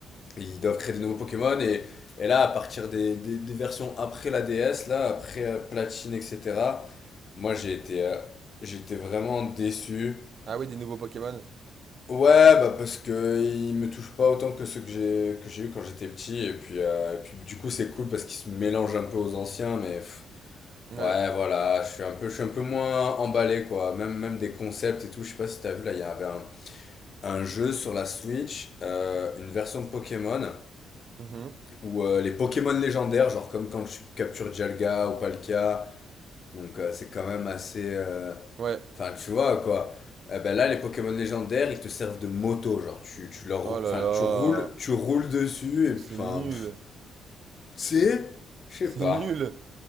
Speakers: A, on the left; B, on the right.
A: ils doivent créer des nouveaux Pokémon. Et, et là, à partir des, des, des versions après la DS, là, après euh, Platine, etc., moi, j'ai été, euh, j'étais vraiment déçu.
B: Ah oui, des nouveaux Pokémon.
A: Ouais, bah parce que ils me touchent pas autant que ceux que j'ai que j'ai eu quand j'étais petit. Et puis, euh, et puis, du coup, c'est cool parce qu'ils se mélangent un peu aux anciens, mais. pff,
B: Ouais.
A: Ouais, voilà, je suis un peu, je suis un peu moins emballé, quoi. Même, même des concepts et tout. Je sais pas si t'as vu, là, il y avait un, un jeu sur la Switch, euh, une version de Pokémon,
B: Mhm.
A: où euh, les Pokémon légendaires, genre comme quand tu captures Dialga ou Palkia, donc euh, c'est quand même assez... euh,
B: Ouais.
A: Enfin, tu vois, quoi. Eh ben là, les Pokémon légendaires, ils te servent de moto, genre tu, tu leur...
B: Oh là
A: Enfin,
B: là.
A: tu roules, tu roules dessus, et
B: Mais
A: puis,
B: c'est
A: enfin,
B: nul.
A: pff, tu sais, je sais
B: C'est
A: pas.
B: nul.